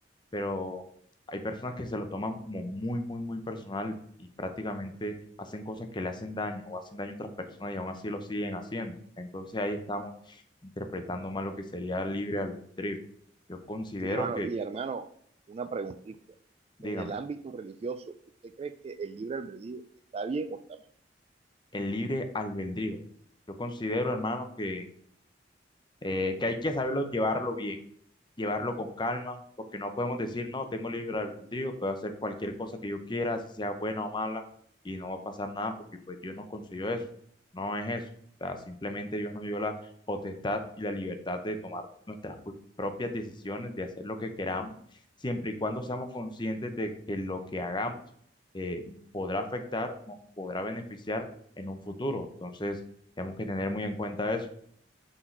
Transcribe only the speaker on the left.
pero hay personas que se lo toman como muy, muy, muy personal y prácticamente hacen cosas que le hacen daño o hacen daño a otras personas y aún así lo siguen haciendo. Entonces ahí estamos interpretando mal lo que sería el libre albedrío. Yo considero
que,
dígame,
el libre albedrío. Yo considero, hermano, que eh, que hay que saberlo llevarlo bien, llevarlo con calma, porque no podemos decir, no, tengo libre albedrío, puedo hacer cualquier cosa que yo quiera, si sea buena o mala, y no va a pasar nada, porque pues Dios nos concedió eso, no es eso. O sea, simplemente Dios nos dio la potestad y la libertad de tomar nuestras pu- propias decisiones, de hacer lo que queramos, siempre y cuando seamos conscientes de que lo que hagamos eh, nos podrá afectar o nos podrá beneficiar en un futuro. Entonces, tenemos que tener muy en cuenta eso.